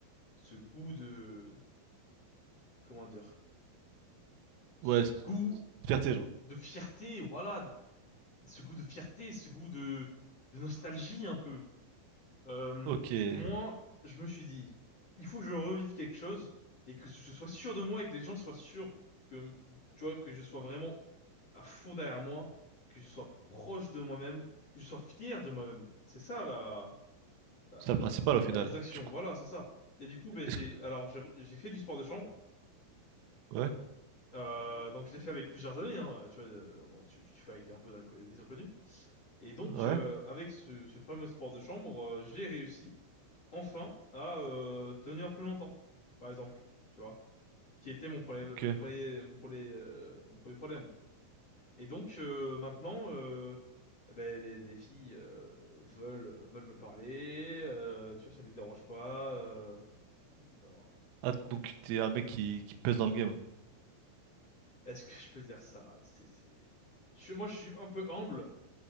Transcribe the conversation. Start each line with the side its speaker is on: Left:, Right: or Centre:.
Left: ce goût de comment dire, ce
Right: Ouais, c'est-
Left: goût
Right: fierté, genre.
Left: de fierté, voilà, de- ce goût de fierté, ce goût de, de nostalgie un peu. Euh,
Right: Ok. C'est
Left: moi, je me suis dit, il faut que je revive quelque chose et que je sois sûr de moi et que les gens soient sûrs que tu vois que je sois vraiment à fond derrière moi, que je sois proche de moi-même, que je sois fier de moi-même. C'est ça là euh,
Right: ça le principal au final.
Left: la distraction,
Right: Du coup,
Left: voilà, c'est ça. Et du coup, ben, j'ai,
Right: est-ce que.
Left: alors, j'ai j'ai fait du sport de chambre.
Right: Ouais,
Left: Euh, donc, je l'ai fait avec plusieurs amis, hein, tu vois, euh, bon, tu, tu fais avec un peu d'inco- des inconnus. Et donc,
Right: ouais,
Left: euh, avec ce, ce fameux sport de chambre, euh, j'ai réussi, enfin, à euh, tenir plus longtemps, par exemple, tu vois, qui était mon problème,
Right: ok.
Left: mon premier, mon premier, euh, mon premier problème. Et donc euh, maintenant, euh, ben, les, les filles euh, veulent veulent me parler. euh, tu vois, ça les dérange pas. euh, d'avoir-
Right: Ah, donc t'es un mec qui, qui pèse dans le game.
Left: Est-ce que je peux dire ça? C'est- c'est- Je, suis- moi, je suis un peu humble